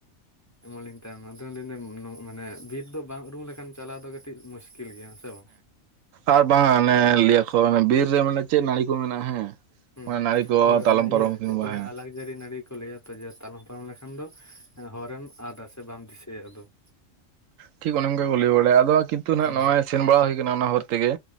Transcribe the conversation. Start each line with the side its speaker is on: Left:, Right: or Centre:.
Left: ᱮᱢᱚᱱ ᱞᱤᱧ ᱛᱟᱭᱚᱢ ᱮᱱᱟ ᱟᱫᱚ ᱞᱤᱧ ᱞᱟᱹᱭ ᱭᱟᱹᱫᱟ ᱢᱟᱱᱮ ᱵᱤᱨ ᱫᱚ ᱵᱟᱝ ᱩᱨᱩᱢ ᱞᱮᱠᱷᱟᱱ ᱪᱟᱞᱟᱣ ᱫᱚ ᱠᱟᱹᱴᱤᱡ ᱢᱩᱥᱠᱤᱞ ᱜᱮᱭᱟ ᱥᱮ ᱵᱟᱝ?
Right: ᱟᱨ ᱵᱟᱝ ᱚᱱᱮ ᱞᱟᱹᱭᱟᱠᱚ ᱵᱤᱨ ᱨᱮ ᱢᱟᱱᱮ ᱪᱮᱫ ᱱᱟᱹᱲᱤ ᱠᱚ ᱢᱮᱱᱟᱜᱼᱟ ᱦᱮᱸᱼᱼ
Left: ᱦᱩᱸ
Right: ᱳᱱᱟ ᱱᱟᱲᱤ ᱠᱚ
Left: ᱦᱳᱭ
Right: ᱛᱞᱟᱚᱢ
Left: ᱚᱱᱟ
Right: ᱯᱟᱨᱚᱢ
Left: ᱤᱭᱟᱹ
Right: ᱠᱤᱝᱵᱟ
Left: ᱪᱮᱫ ᱠᱚ ᱞᱟᱹᱭᱟ
Right: ᱦᱮᱸᱼᱼ
Left: ᱟᱞᱟᱠ ᱡᱟᱹᱨᱤ ᱱᱟᱹᱲᱤ ᱠᱚ ᱞᱟᱹᱭᱟ ᱛᱚ ᱡᱮ ᱛᱟᱞᱚᱢ ᱯᱟᱨᱚᱢ ᱞᱮᱠᱷᱟᱱ ᱫᱚ ᱦᱚᱨᱮᱢ ᱟᱫᱟ ᱥᱮ ᱵᱟᱢ ᱫᱤᱥᱟᱹᱭᱟ ᱟᱫᱚ᱾ <inaudible>
Right: ᱴᱷᱤᱠ ᱚᱱᱮ ᱚᱱᱠᱟ ᱠᱚ ᱞᱟᱹᱭ ᱵᱟᱲᱟᱭᱟ ᱟᱫᱚ ᱠᱤᱱᱛᱩᱜ
Left: ᱦᱩᱸ
Right: ᱱᱚᱷᱚᱭ ᱥᱮᱱ ᱵᱟᱲᱟ ᱦᱩᱭᱠᱱᱟ ᱚᱱᱟ ᱦᱚᱨ ᱛᱮᱜᱮ